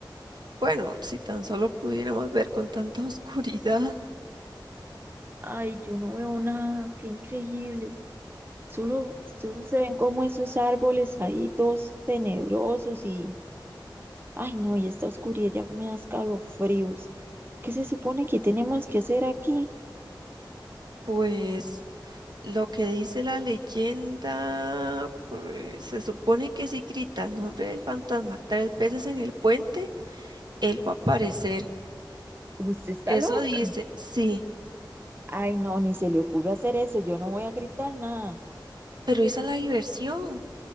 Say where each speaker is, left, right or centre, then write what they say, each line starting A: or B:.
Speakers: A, on the right; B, on the right.
A: Bueno, si tan solo pudiéramos ver con tanta <laughs> oscuridad.
B: Ay, yo no veo nada, qué increíble. Solo, solo se ven como esos árboles ahí todos tenebrosos y, ay, no, y esta oscuridad ya me da escalofríos. ¿Qué se supone que tenemos que hacer aquí?
A: Pues lo que dice la leyenda, pues se supone que si grita el nombre del fantasma tres veces en el puente, él va a aparecer.
B: ¿Usted está
A: Eso
B: loca?
A: dice, sí,
B: Ay, no, ni se le ocurra hacer eso, yo no voy a gritar nada.
A: pero esa es la diversión.